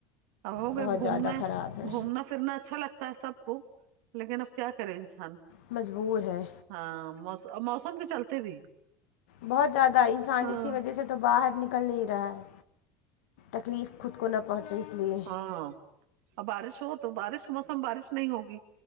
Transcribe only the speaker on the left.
بہت
زیادہ خراب ہے
مجبور ہے
بہت زیادہ انسان
اسی وجہ سے تو باہر نکل نہیں رہا ہے تکلیف خود کو نہ پہنچے اس لیے